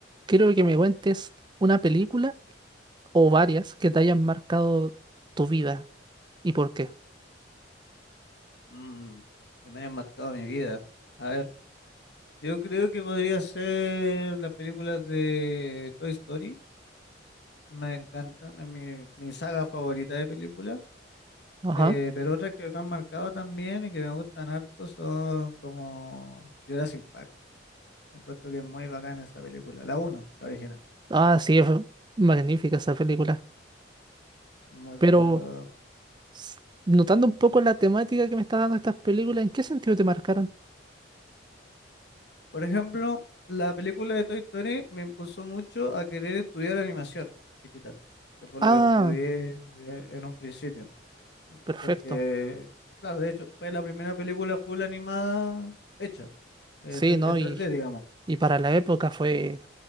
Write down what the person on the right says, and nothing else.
Quiero que me cuentes una película o varias que te hayan marcado tu vida y por qué.
Ajá.
Ah, sí, es magnífica esa película.
Pero
s- notando un poco la temática que me está dando estas películas, ¿en qué sentido te marcaron?
Ah,
perfecto.
Sí,
¿no?
Y,
y para la época fue